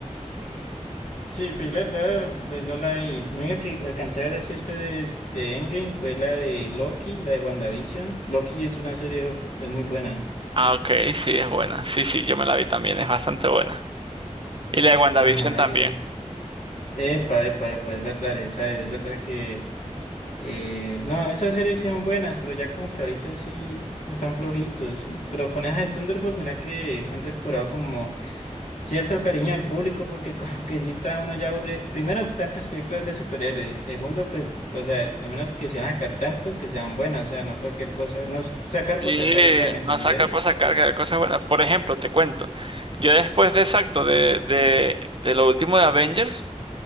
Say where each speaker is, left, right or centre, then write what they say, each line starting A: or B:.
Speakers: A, on the left (about 85°); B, on the right (about 45°).
A: Sí, pero yo la verdad, pues no la vi. Lo único que alcancé a ver así después de, de Endgame fue la de Loki, la de WandaVision. Loki es una serie, uf, es muy buena.
B: Ah, ok, sí, es buena. Sí, sí, yo me la vi también, es bastante buena. Y la de WandaVision
A: Ajá,
B: también.
A: y, epa, epa, epa, es verdad, esa es verdad que. Eh, no, esas series sí son buenas, pero ya como que ahorita sí están flojitos. Pero con esa de Thunderbolt, mira que han recuperado como cierto cariño del público, porque <laughs> como que sí está uno ya aburrido. Primero, tantas películas de superhéroes. Segundo, pues, o sea, al menos que se van a sacar tantas que sean buenas, o sea, no cualquier cosa. No s- sacar por
B: Y
A: sacar y ya, ¿me entendés?
B: no sacar para sacar, que hay cosas buenas. Por ejemplo, te cuento. Yo después de exacto, de, de, de lo último de Avengers,